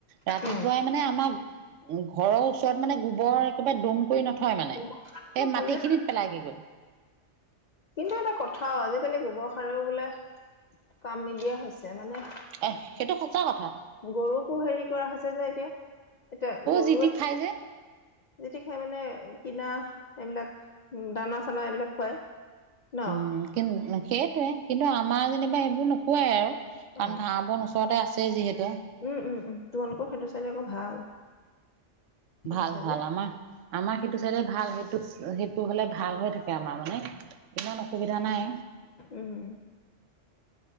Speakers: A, on the left (about 65°); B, on the right (about 85°).
A: উম।
B: ৰাতিপুৱাই মানে আমাৰ উ ঘৰৰ ওচৰত মানে গোবৰ একেবাৰে দম কৰি নথয় মানে,
A: গোবৰ সাৰটো
B: সেই
A: ভালে
B: মাটি খিনিত পেলাইগে গৈ।
A: কিন্তু এটা কথা আজিকালি গোবৰ সাৰেও বোলে কাম নিদিয়া হৈছে, মানে
B: এ সেইটো সঁচা কথা
A: গৰুকো হেৰি কৰা হৈছে যে এতিয়া, এতিয়া গৰু
B: যি টি খাই যে
A: যি তি খাই মানে কিনা এইবিলাক দানা-চানা এইবিলাক খুৱাই। ন
B: উম কিন্তু সেইটোৱে, কিন্তু আমাৰ যেনিবা সেইবোৰ নোখুৱাই আৰু। কাৰণ
A: অ
B: ঘা-বন ওচৰতে আছে যিহেতু।
A: উম উম উম তোমালোকৰ সেইটো চাইডে আকৌ ভাল। সেইটো
B: ভাল
A: চাইডে
B: ভাল আমাৰ আমাৰ সেইটো চাইডে ভাল সেইটো সেইটো হ'লে ভাল হৈ থাকে আমাৰ মানে। ইমান অসুবিধা নাই।
A: উম।